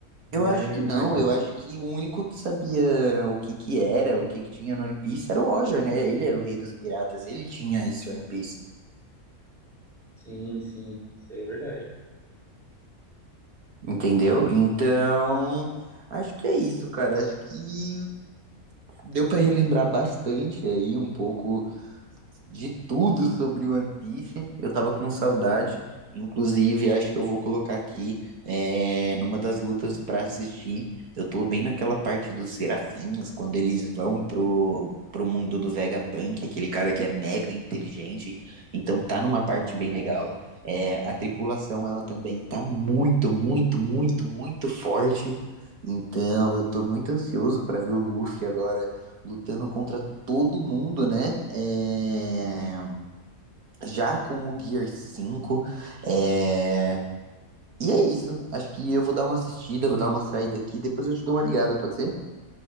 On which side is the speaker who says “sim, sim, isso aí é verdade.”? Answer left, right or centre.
Centre